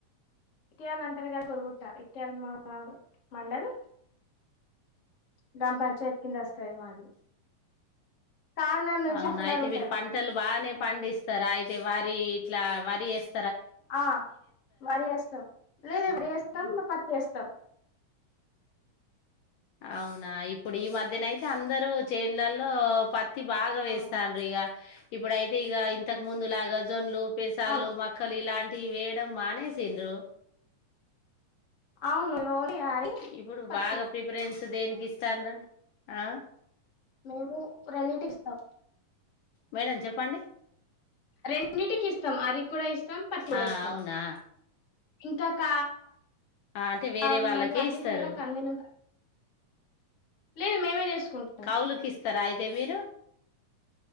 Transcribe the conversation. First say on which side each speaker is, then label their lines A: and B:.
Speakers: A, on the left; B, on the left.
A: ఇటియాల అంటారు కదా గొరుగుట్ట ఇటియాల్ మా మండల్ గ్రామ్ పంచాయత్ కింద వస్తాయి మాది కాకినాడ నుంచి
B: అవునా
A: హాఫ్ అన్
B: అయితే
A: అవర్ ఉంటది
B: మీరు పంటలు బానే పండిస్తరా అయితే వరి ఇట్లా వరి యేస్
A: ఆ వరి వేస్తాం లేదు వరి వేస్తాం పత్ వేస్తాం
B: అవునా ఇప్పుడు ఈ మధ్యన అయితే అందరూ చేన్లల్లో పత్ త్తి బాగా వేస్తాన్రు
A: అవును
B: ఇగ ఇప్పుడయితే ఇగ ఇంతకు ముందు లాగా జోన్లు పెసల్లు
A: అవును
B: మక్కలు ఇలాం టి వేయడం మనేసిన్రు
A: అవును ఓన్లీ వరి
B: ఇప్పుడు
A: పత్తి
B: బాగా ప్రిఫరెన్స్ దేనికి ఇస్తాన్రంటే ఆ
A: మేము రెండింటికి ఇస్తాం
B: మేడం చెప్పండి
A: రెండింటికి ఇస్తాం అరికి కూడా ఇస్ ఇస్తాం పత్తి కూడా
B: ఆ
A: ఇస్తాం
B: అవునా
A: ఇంకొక
B: అంటే వేరే
A: ఆ
B: వాళ్ళకే
A: మేము పత్తి
B: ఇస్తారు
A: సేన్ల కందులు లేదు మేమే చేసుకుంటాం
B: కవులు కిస్ త్తరా అయితే మీరు